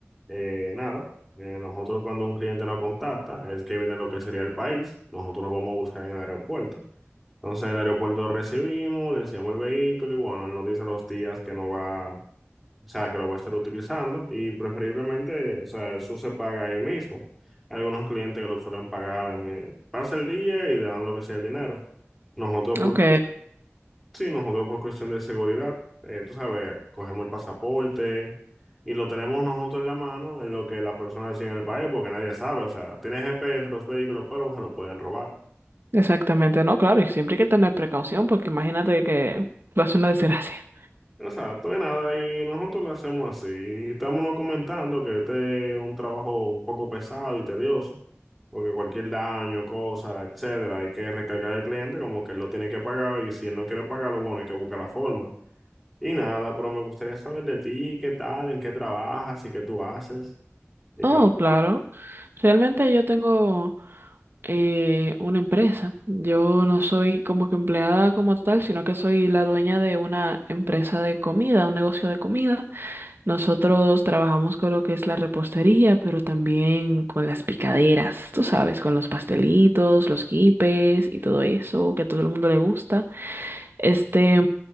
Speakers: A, in the centre; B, on the right (about 50°).
A: Eh, nada, eh, nosotros cuando un cliente nos contacta, es que viene lo que sería el país, nosotros nos vamos a buscar en el aeropuerto. Entonces en el aeropuerto lo recibimos, le enseñamos el vehículo y bueno, él nos dice los días que no va, o sea, que lo va a estar utilizando y preferiblemente, o sea, eso se paga ahí mismo. Hay algunos clientes que lo suelen pagar en el- pasa el día y dan lo que sea el dinero. Nosotros por,
B: Ok.
A: sí, nosotros por cuestión de seguridad, eh, tú sabes, cogemos el pasaporte y lo tenemos nosotros en la mano en lo que la persona decía en el país porque nadie sabe, o sea, tiene GPS los vehículos, pero se lo pueden robar.
B: Exactamente. No, claro, y siempre hay que tener precaución porque imagínate que va a ser una desgracia.
A: Exacto, de nada, y nosotros lo hacemos así. Estamos no comentando que este es un trabajo un poco pesado y tedioso, porque cualquier daño, cosa, etcétera, hay que recargar al cliente como que él lo tiene que pagar y si él no quiere pagarlo, bueno, hay que buscar la forma. Y nada, pero me gustaría saber de ti, qué tal, en qué trabajas y qué tú haces y
B: Oh,
A: cómo
B: claro.
A: trabajas.
B: Realmente yo tengo eh, una empresa. Yo no soy como que empleada como tal, sino que soy la dueña de una empresa de comida, un negocio de comida. Nosotros trabajamos con lo que es la repostería, pero también con las picaderas, tú sabes, con los pastelitos, los quipes y todo eso que a todo el mundo le gusta. Este,